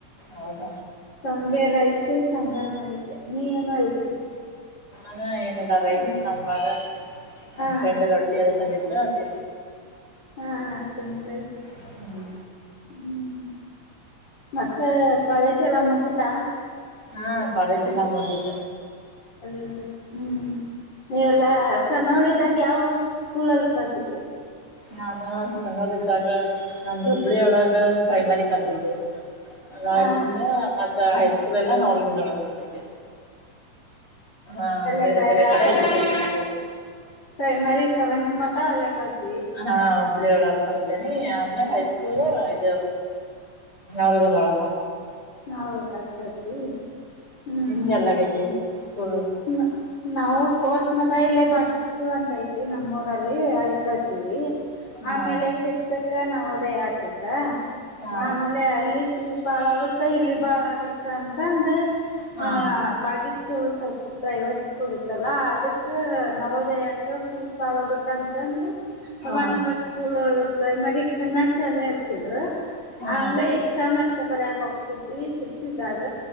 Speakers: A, on the left; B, on the left.
A: ಹೌದ
B: ಶೊಂಗೆ ರೈಸ್ ಸಾಂಬಾರ್ ಮಾಡಿದ್ದೆ ನೀ ಏನು ಇದಿದ್ದಿ
A: ಹ ಏನಿಲ್ಲ ರೈಸ್ ಸಾಂಬಾರ್ ನಮ್ಮ್
B: ಹಾ
A: ಫ್ರೆಂಡ್ ರೊಟ್ಟಿ ಎಲ್ಲ ತಂದಿದ್ರೆ ತಿ
B: ಹಾ ಚಂತ
A: ಹ್ಮ
B: ಹ್ಮ್ ಮತ್ತೆ ಕಾಲೇಜ ಎಲ್ಲ ಮುಗಿತಾ
A: ಹಾ ಪರಚಿಲ್ಲಾ ಮದಿತ
B: ಅ ಹ್ಮ್ ನೀವೆಲ್ಲಾ ಸ ಸಣ್ಣವಳಿದ್ದಾಗ ಯಾವ ಸ್ಕೂಲ್ಲ್ಲಿ ಕಲ್ತಿದೀಯ
A: ನಾನು ಸಣ್ಣೋರ್ ಇದ್ದಾಗ ನಂದು ಹುಬ್ಬಳ್ಳಿಯೊಳಗ ಪ್ರೈಮರಿ ಕಲ್ತಿದ್ದೆ ರಾಗಿಯಿಂದ
B: ಹಾ
A: ಮತ್ತ ಹೈಸ್ಕೂಲ್ ಎಲ್ಲ ನವಲಗುಂದ ಒಳಗ ಕಲ್ತಿದ್ದೆ ಹಾ
B: ಅಲ್ಲೆಲ್ಲ
A: ಬೇರೆ ಬೇರೆ
B: ಯಾವ್ತರ
A: ಕಡೆ ಎಜುಕೇಶನ್
B: ಐತಿ
A: ಆಗಿತ್ತು
B: ಮಳಿ ಸ ಸೆವೆಂತ್ ಮಟ ಅಲ್ಲೇಕಲ್ತೆ
A: ಹಾ ಹುಬ್ಬಳಿ ಒಳಗೆ ಕಲ್ತೆ ಅಮಾಗ ಹೈಸ್ಕೂಲ್ ಇದು ಯ್ರಗಳಕ
B: ಹೌದಾತತಿ ಹ್ಮ್
A: ನಿಮ್ದೆಲ್ಲಾಗೈತಿ ಸ್ಕೂಲ್
B: ಹ ನಾವು ಫೋರ್ತ್ ಮಠ ಇಲ್ಲೇ ಭಾಗ್ಯ ಸ್ಕೂಲ್ ಅಂತ ಐತಿ ಅಲ್ಲೇ ಕಲ್ತೇವಿ
A: ಹಾ
B: ಆಮೇಲೆ ಫಿಫ್ತ್ಕ್ಕ ನವೋದಯ ಹಾಕಿದ್ರ
A: ಹಾ
B: ಆಮೇಲೆ ಅಲ್ಲಿ ಫೀಸ್ ಬಾಳ ಆಗುತ್ತ ಇಲ್ಲಿ ಬಾಳ ಆಗುತ್ತ ಅಂತ. ಅಂದ್
A: ಹಾ
B: ಆ ಬಾಗಿ ಸ್ಕೂಲ್ ಸ್ಲ್ಪ ಪ್ರೈವೇಟ್ ಸ್ಕೂಲ್ ಇತ್ತಲ್ಲ ಅದಕ್ ನವೋದಯಕ ಫೀಸ್ ಬಾಳಾಗುತ್ತಾ ಅಂತಂದ
A: ಹಾ
B: one number school primary Kannada ಶಾಲೆ ಆ ಸಿದ್ರ
A: ಹಾ
B: ಹಂಗ ಎಕ್ಸಾಮ್ ಅಷ್ಟ ಬರಯಕ ಹೋಗ್ತಿದ್ವಿ ಫಿಫ್ತ್ ಇದಾಗ